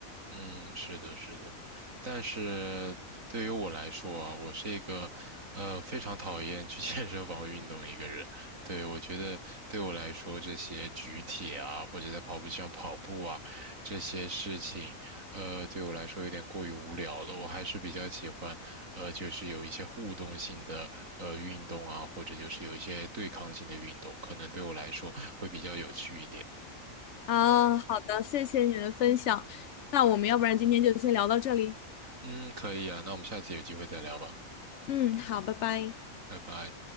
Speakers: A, on the right; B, on the left.
A: 嗯，是的，是的，但是对于我来说啊，我是一个，呃，非常讨厌去 <laughs> 健身房运动一个人。对，我觉得对我来说，这些举铁啊，或者在跑步机上跑步啊，这些事情，呃，对我来说有点过于无聊了。我还是比较喜欢，呃，就是有一些互动性的，呃，运动啊，或者就是有一些对抗性的运动，可能对我来说会比较有趣一点。
B: 啊，好的，谢谢你的分享。那我们要不然今天就先聊到这里。
A: 嗯，可以啊，那我们下次有机会再聊吧，
B: 嗯，好，拜拜。
A: 拜拜。